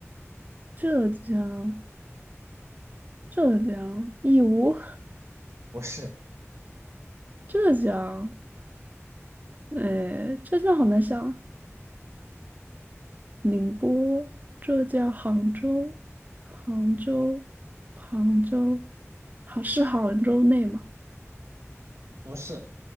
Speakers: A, on the right; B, on the right.
A: 浙江，浙江，义乌，
B: 不是，
A: 浙江。哎，浙江好难想。宁波、浙江、杭州、杭州、杭州，杭是杭州内吗？
B: 不是，